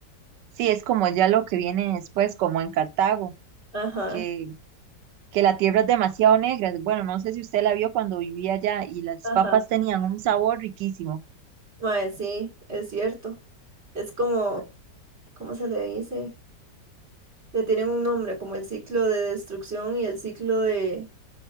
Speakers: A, on the right; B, on the right.
A: Sí, es como ya lo que viene después, como en Cartago,
B: Ajá,
A: que, que la tierra es demasiado negra. Bueno, no sé si usted la vio cuando vivía allá y las
B: ajá.
A: papas tenían un sabor riquísimo.
B: Mae, sí, es cierto. Es como, ¿cómo se le dice? Le tienen un nombre, como el ciclo de destrucción y el ciclo de